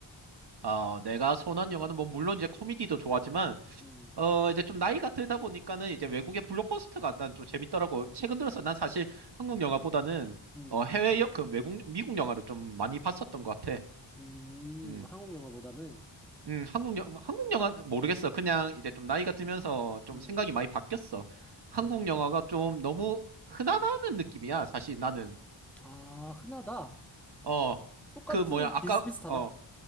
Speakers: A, on the right; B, in the centre.
A: 어, 내가 선호한 영화는 뭐 물론 이제 코미디도 좋아하지만
B: 음.
A: 어, 이제 좀 나이가 들다 보니까는 이제 외국의 블록버스터가 난 좀 재밌더라고. 최근 들어서 난 사실 한국 영화보다는
B: 음.
A: 어, 해외 영, 그 외국, 미국 영화를 좀 많이 봤었던 것 같아.
B: 음.
A: 음,
B: 한국 영화보다는
A: 음, 한국 영화, 한국 영화 모르겠어. 그냥 이제 좀 나이가 들면서 좀
B: 음.
A: 생각이 많이 바뀌었어. 한국
B: 음.
A: 영화가 좀 너무 흔하다는 느낌이야. 사실 나는.
B: 아, 흔하다.
A: 어, 어,
B: 똑같은
A: 그 뭐야, 아까,
B: 비슷비슷하다.
A: 어,